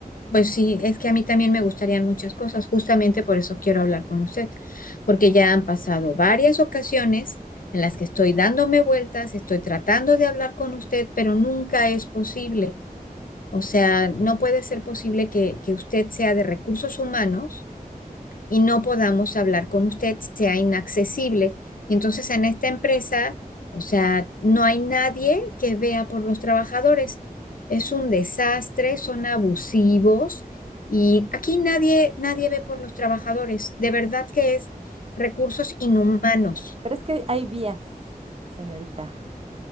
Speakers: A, on the left; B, on the right.
A: pues sí, es que a mí también me gustarían muchas cosas, justamente por eso quiero hablar con usted, porque ya han pasado varias ocasiones en las que estoy dándome vueltas, estoy tratando de hablar con usted, pero nunca es posible. O sea, no puede ser posible que, que usted sea de recursos humanos y no podamos hablar con usted, sea inaccesible. Y entonces en esta empresa, o sea, no hay nadie que vea por los trabajadores. Es un desastre, son abusivos y aquí nadie, nadie ve por los trabajadores. De verdad que es recursos inhumanos.
B: pero es que hay vías, señorita,